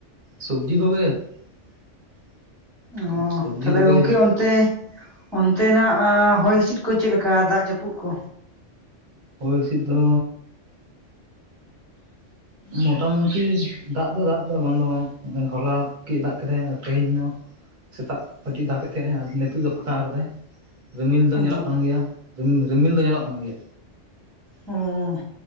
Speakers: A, on the right; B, in the centre.
A: ᱥᱚᱵᱡᱤ ᱠᱚᱜᱮ <inaudible>
B: ᱚ
A: ᱥᱚᱵᱽᱡᱤ
B: ᱛᱟᱦᱚᱞᱮ
A: ᱠᱚᱜᱮ
B: ᱜᱚᱝᱠᱮ ᱚᱱᱛᱮ ᱚᱱᱛᱮᱱᱟᱜ ᱦᱚᱭ ᱦᱤᱸᱥᱤᱫ ᱠᱚ ᱪᱮᱫᱞᱮᱠᱟ ᱫᱟᱜ ᱡᱟᱹᱯᱩᱫ ᱠᱚ?
A: ᱦᱚᱭ ᱦᱤᱥᱤᱫ ᱫᱚ ᱢᱚᱴᱟ ᱢᱩᱴᱤᱤ ᱫᱟᱜ ᱫᱚ ᱫᱟᱜ ᱫᱚ ᱵᱟᱝ ᱫᱚ ᱵᱟᱝ ᱦᱚᱞᱟ ᱠᱮᱫ ᱫᱟᱜ ᱠᱮᱫᱟᱭ ᱛᱮᱦᱮᱧ ᱦᱚᱸ ᱥᱮᱛᱟᱜ ᱠᱟᱹᱴᱤᱡ ᱫᱟᱜᱮᱫ ᱛᱟᱦᱮᱸᱜ ᱟᱨ ᱱᱤᱛᱚᱜᱜ ᱫᱚ ᱯᱷᱟᱸᱠᱟᱣ ᱟᱠᱟᱫᱟᱭ᱾ ᱨᱤᱢᱤᱞ ᱫᱚ
B: ᱚ
A: ᱧᱮᱞᱚᱜ ᱠᱟᱱ ᱜᱮᱭᱟ ᱨᱤᱢᱤᱞ ᱫᱚ ᱧᱮᱞᱚᱜ ᱠᱟᱱ ᱜᱮᱭᱟ᱾
B: ᱚ